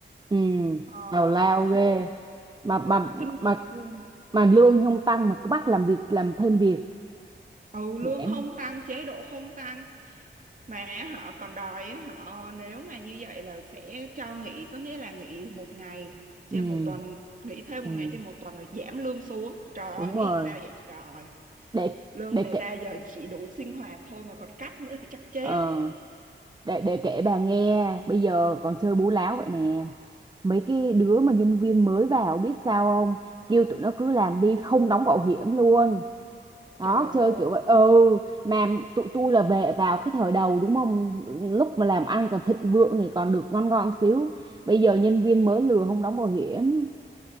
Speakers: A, on the right; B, on the right.
A: ừ
B: ờ,
A: tào lao
B: khổ
A: ghê mà
B: khổ
A: mà
B: kinh
A: mà
B: khủng luôn
A: mà lương không tăng mà cứ bắt làm việc làm thêm việc
B: ừ lương
A: nhẽm
B: không tăng chế độ không tăng mà họ còn đòi á, họ nếu mà như vậy là sẽ cho nghỉ có nghĩa là nghỉ một ngày trên
A: ừ
B: một tuần nghỉ thêm
A: ừ
B: một ngày trên một tuần rồi giảm lương xuống trời ơi
A: đúng
B: nghĩ
A: rồi
B: sao vậy trời
A: để
B: lương
A: để
B: người
A: kể
B: ta giờ chỉ đủ sinh hoạt thôi mà còn cắt nữa thì chắc chết
A: ờ để để kể bà nghe bây giờ còn chơi bú láo vậy nè mấy cái đứa mà nhân viên mới vào biết sao không kêu tụi nó cứ làm đi không đóng bảo hiểm luôn đó
B: trời ơi
A: chơi kiểu vậy ừ mà tụi tôi là về vào cái thời đầu đúng không lúc mà làm ăn còn thịnh vượng thì còn được ngon ngon xíu bây giờ nhân viên mới lừa không đóng bảo hiểm